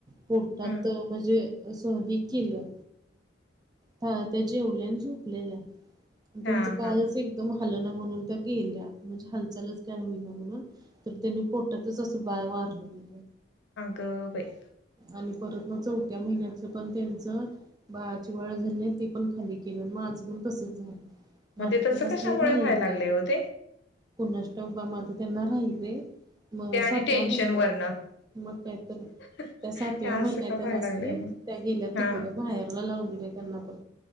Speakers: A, on the right; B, on the left.
A: पोटात
B: हं.
A: म्हणजे असं हे केलं त्या जेवल्यान झोपलेल्या त्यांचं
B: हा
A: बाळच
B: हा
A: एकदम हल ना म्हणून त्या गेल्या म्हणजे हालचालच काय होईना म्हणून तर त्यांनी पोटतच असं बाळ वारलेली
B: आग बाई
A: आणि परत ना चौथ्या महिन्यातलं पण त्यांचं बाळाची वाढ झाली ते पण खाली केलं मग आज पण तसंच झालं मात
B: मग ते तसं
A: त्यांनाच
B: कशामुळे
A: नाही राहिल
B: व्हायला लागले
A: र
B: हो ते
A: पुणाष्ट बा आता त्यांना राहिले मग
B: ते आणि
A: सातवा
B: टेन्शन
A: महिना
B: वरनं
A: आहे मग काही तरी
B: हे
A: त्या सातव्या
B: असं
A: महिन्यात
B: का व्हायला
A: नसले
B: लागलंय मग
A: त्या गेल्या
B: हा
A: तिकडं माहिरला लावून दिले त्यांना पण